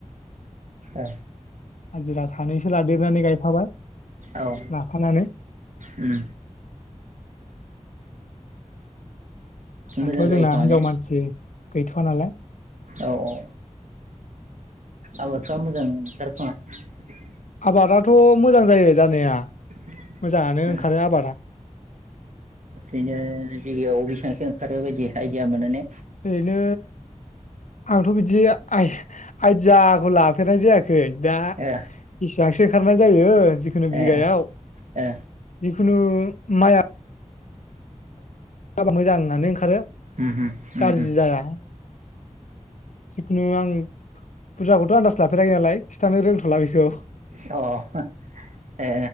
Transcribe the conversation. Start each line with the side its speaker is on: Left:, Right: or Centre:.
Right: ए
Left: हाजिरा सानैसो लादेरनानै गायफाबाय
Right: औ
Left: लाफानानै
Right: उम
Left: दाथ'
Right: मोजां जायो
Left: जोंना
Right: ख माने
Left: हिनजाव मानसि गैथ'वा नालाय
Right: औ औ आबाद जा मोजां सोरफाङा
Left: आबादाथ'
Right: <unintelligible>
Left: मोजां जायो जानाया मोजाङानो ओंखारो आबादा
Right: बिनो किजियाव बेसेबांसो आरोयबायदि आयडिया मोनोने
Left: ओरैनो आंथ बिदि जि आइ आइदियाखौ लाफेरनाय जायाखै दा
Right: ए
Left: बेसेबांसो ओंखारनाय जायो जिखुनु बिघायाव
Right: ए ए
Left: जिखुनु माया जाबा मोजां होननानै ओंखारो
Right: उम होम
Left: गाज्रि
Right: उम होम
Left: जाया जिखुनु आं फुजाखौथ आनदाज लाफेराखैनालाय खिथानो रोंथला बेखौ
Right: अ ए